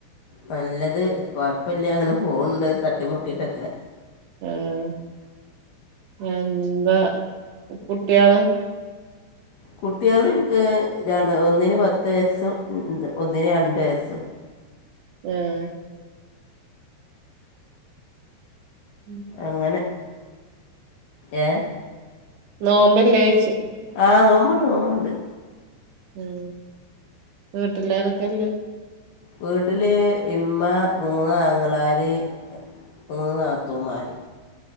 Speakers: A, on the left; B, on the right.
A: നല്ലത് കൊഴപ്പില്ല അങ്ങനെ പോവണ്ട് തട്ടിമുട്ടിട്ടൊക്കെ
B: ആഹ് എന്താ കുട്ടിയാള്
A: കുട്ടിയള് ഇനിക്ക് ര ഒന്നിന് പത്ത് വയസ്സും ഒന്നിന് രണ്ട് വയസ്സും
B: ഉം മ്
A: അങ്ങനെ ഏഹ്
B: നോമ്പില്ലേച്ച
A: ആഹ് നോമ്പുണ്ട് നോമ്പുണ്ട്
B: ഉം വീട്ടിലാരൊക്കെല്ലേ?
A: വീട്ടില് ഇമ്മ മൂന്നാങ്ങളാർ മൂന്ന് നാത്തൂമാർ